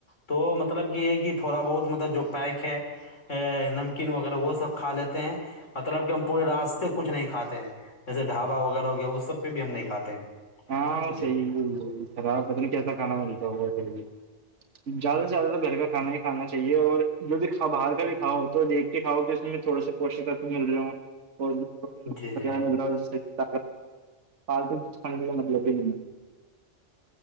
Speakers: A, on the left; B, on the right.
A: تو مطلب یہ ہے کہ تھوڑا بہت مطلب جو پیک ہے نمکین وغیرہ وہ سب کھا لیتے ہیں مطلب کہ ہم پورے راستے کو کچھ نہیں کھاتے جیسے ڈھابا وغیرہ ہو گیا وہ سب پہ بھی ہم نہیں کھاتے ہیں
B: ہاں
A: جی
B: صحی خراب پت نہیں کیسا کھانا ملتا ہو پھر بھی زیادہ سے زیادہ گھر کا کھانا ہی کھانا چاہیے اور جو بھی کھا باہر کا بھی کھا ہو تو دیکھ کاؤ کہ اس میں تھوڑے سے پوشک کے مل رہا ہوں اور وغہ
A: جی جی
B: مل رہا ہے سے شری طاقت لگ رہا فالتو کچھے کا مطلب بھی نہیں ہے